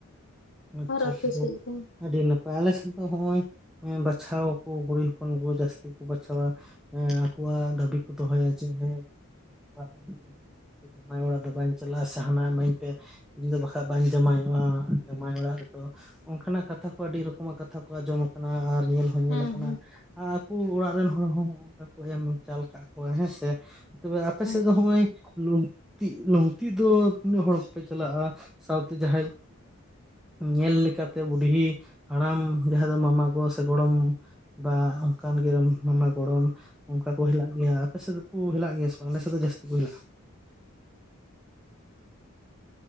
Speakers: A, in the centre; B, on the left (about 60°).
A: ᱟᱪᱪᱷᱟ
B: ᱟᱨ ᱟᱯᱮ
A: ᱛᱷᱚ
B: ᱥᱮᱫ ᱫᱚ ᱦᱮᱸ
A: ᱟᱹᱰᱤ ᱱᱟᱯᱟᱭ ᱟᱞᱮᱥᱮᱫ ᱫᱚ ᱦᱚᱸᱜ -ᱚᱭ ᱵᱟᱪᱷᱟᱣᱟᱠᱚ ᱠᱩᱲᱤ ᱦᱚᱯᱚᱱ ᱠᱚ ᱡᱟᱹᱥᱛᱤ ᱠᱚ ᱵᱟᱪᱷᱟᱣᱟ। ᱦᱮᱸ ᱟᱠᱚᱣᱟᱜ ᱫᱟᱹᱵᱤ ᱠᱚ ᱫᱚᱦᱚᱭᱟ ᱡᱮ ᱦᱮᱸ᱾ <inaudible> ᱡᱟᱶᱟᱭ ᱚᱲᱟᱜ ᱫᱚ ᱵᱟᱹᱧ ᱪᱟᱞᱟᱜᱼᱟ ᱥᱮ ᱦᱟᱱᱟ ᱤᱢᱟᱹᱧ ᱯᱮ ᱤᱧᱫᱚ ᱵᱟᱠᱷᱟᱡ ᱵᱟᱹᱧ ᱡᱟᱶᱟᱭᱚᱜᱼᱟ᱾ ᱡᱟᱶᱟᱭ ᱚᱲᱟᱜ ᱨᱮᱫᱚ ᱚᱱᱠᱟᱱᱟᱜ ᱠᱟᱛᱷᱟ ᱠᱚ ᱟᱹᱰᱤ ᱨᱚᱠᱚᱢᱟᱜ ᱠᱟᱛᱷᱟ ᱠᱚ ᱟᱸᱡᱚᱢ ᱟᱠᱟᱱᱟ᱾ ᱟᱨ ᱧᱮᱞ ᱼᱼ ᱧᱮᱞ
B: ᱦᱮᱸ
A: ᱟᱠᱟᱱᱟ
B: ᱦᱮᱸ
A: ᱟᱨ ᱟᱠᱚ ᱚᱲᱟᱜ ᱨᱮᱱ ᱦᱚᱲ <unintelligible> ᱠᱚ ᱮᱢ ᱪᱟᱞ ᱟᱠᱟᱜ ᱠᱚᱣᱟ ᱦᱮᱸ ᱥᱮ। ᱛᱚᱵᱮ ᱟᱯᱮ ᱥᱮᱫ
B: ᱦᱮᱸ
A: ᱦᱚᱸ ᱢᱟᱹᱭ ᱞᱩᱝᱛᱤᱜ ᱞᱩᱝᱛᱤ ᱫᱚ ᱛᱤᱱᱟᱹᱜ ᱦᱚᱲ ᱠᱚᱯᱮ ᱪᱟᱞᱟᱜᱼᱟ? ᱥᱟᱶᱛᱮ ᱡᱟᱦᱟᱸᱭ ᱼᱼ ᱧᱮᱞ ᱞᱮᱠᱟᱛᱮ ᱵᱩᱰᱷᱤ ᱦᱟᱲᱟᱢ ᱡᱟᱦᱟᱸ ᱫᱚ ᱢᱟᱢᱟ ᱜᱚ ᱥᱮ ᱜᱚᱲᱚᱢ। ᱵᱟ ᱚᱱᱠᱟᱱ ᱜᱮ ᱢᱟᱢᱟ ᱜᱚᱲᱚᱢ। ᱚᱱᱠᱟ ᱠᱚ ᱦᱮᱞᱟᱜ ᱜᱮᱭᱟ ᱟᱯᱮ ᱥᱮᱫ ᱫᱚᱠᱚ ᱦᱮᱞᱟᱜ ᱜᱮᱭᱟ ᱥᱮ ᱵᱟᱝ ᱟᱞᱮ ᱥᱮᱫ ᱫᱚ ᱡᱟᱹᱥᱛᱤ ᱠᱚ ᱦᱮᱞᱟᱜᱼᱟ।